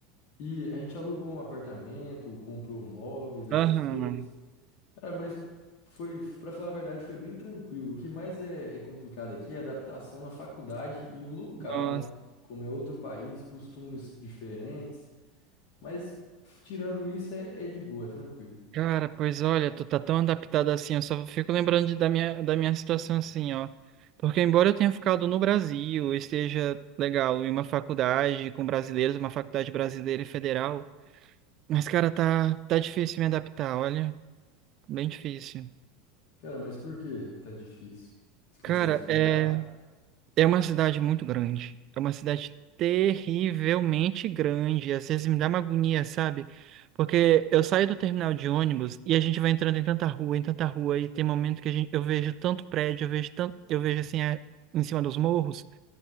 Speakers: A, on the left; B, on the right.
A: E a gente alugou um apartamento, comprou móveis, essas
B: aham.
A: coisas. Cara, mas foi, para falar a verdade, foi bem tranquilo. O que mais é, é complicado aqui é a adaptação na faculdade e o local,
B: Nossa,
A: né? Como é outro país, costumes diferentes. Mas tirando isso, é, é de boa, é tranquilo.
B: cara, pois olha, tu tá tão adaptado assim, eu só fico lembrando de- da minha, da minha situação assim, ó. Porque embora eu tenha ficado no Brasil, eu esteja legal em uma faculdade com brasileiros, uma faculdade brasileira e federal, mas, cara, tá, tá difícil me adaptar, olha. Bem difícil.
A: Cara, mas por que que tá difícil? Você consegue
B: Cara,
A: explicar?
B: é, é uma cidade muito grande. É uma cidade terrivelmente grande. Às vezes me dá uma agonia, sabe? Porque eu saio do terminal de ônibus e a gente vai entrando em tanta rua, em tanta rua, e tem momento que a gente, eu vejo tanto prédio, eu vejo tanto, eu vejo assim, é, em cima dos morros,